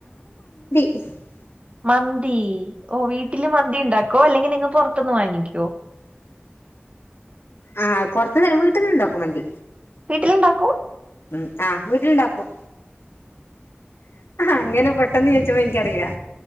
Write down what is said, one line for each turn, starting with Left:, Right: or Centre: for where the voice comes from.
Left: ഉഹ <inaudible>
Right: മന്തി ഓ വീട്ടിൽ മന്തി ഇണ്ടാക്കോ അല്ലെങ്കി നി <unintelligible> പൊർത്ത്ന്ന് വാങ്ങിക്കോ
Left: ആ പൊർത്ത്ന്ന് അല്ല വീട്ടിൽ ഇണ്ടാക്കും മന്തി
Right: ട്ട്ൽ ഇണ്ടാക്കും
Left: ഉം ആ വീട്ടിൽ ഇണ്ടാക്കും അങ്ങനെ പെട്ടെന്ന് ചോയിച്ചപ്പോ ഇൻക്ക് അറീലാ